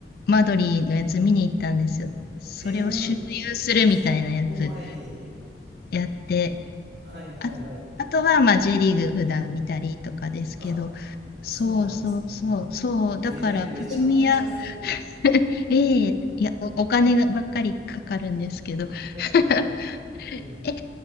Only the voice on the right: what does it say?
ええ、すごい。
はい、はい、
はい。
あ、
そうなんですね。
ええめちゃめちゃすごい。
<laughs> い
やいやいや。
ね